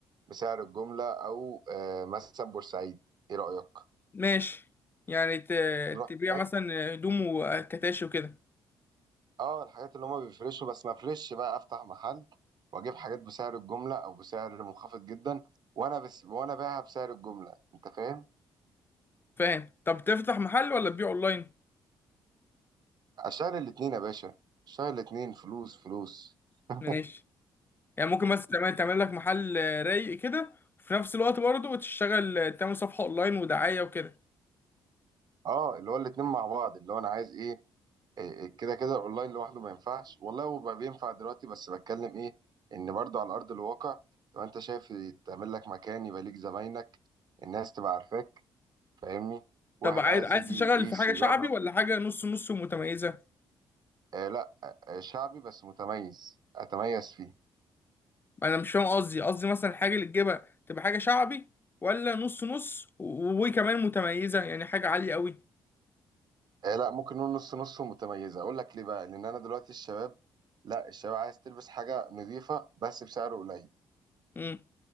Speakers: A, on the right; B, on the left.
A: بسعر الجمله او آه، مثلا بورسعيد ايه رايك
B: ماشي يعني ت...
A: نروح
B: تبيع
A: هناك
B: مثلا هدوم وكتاشي وكده
A: اه الحاجات اللي هما بيفرشوا بس ما افرش بقى افتح محل واجيب حاجات بسعر الجمله او بسعر منخفض جدا وانا بس وانا بايعها بسعر الجمله انت فاهم
B: فاهم طب تفتح محل ولا تبيع اونلاين
A: اشتغل الاتنين يا باشا اشتغل الاتنين فلوس فلوس <laughs>
B: ماشي يعني ممكن مثلا تعمل تعمل لك محل رايق كده وفي نفس الوقت برضه تشتغل تعمل صفحة اونلاين ودعاية وكده
A: اه اللي هو الاتنين مع بعض اللي هو انا عايز ايه إيه كده كده الاونلاين لوحده ما ينفعش والله هو بقى بينفع دلوقتي بس بتكلم ايه ان برضو على ارض الواقع تبقى انت شايف تعمل لك مكان يبقى ليك زباينك الناس تبقى عارفاك فاهمني واحد
B: طب عايز
A: عايز
B: عايز
A: يجي
B: تشتغل
A: يقيس
B: في حاجة
A: يجرب
B: شعبي ولا حاجة نص نص متميزة
A: آه لا آه شعبي بس متميز اتميز فيه
B: انا مش فاهم قصدي قصدي مثلا الحاجة اللي تجيبها تبقى حاجة شعبي ولا نص نص و- وكمان متميزة يعني حاجة عالية قوي
A: آه لا ممكن نقول نص نص ومتميزه اقول لك ليه بقى لان انا دلوقتي الشباب لا الشباب عايز تلبس حاجه نظيفه بس بسعر قليل
B: امم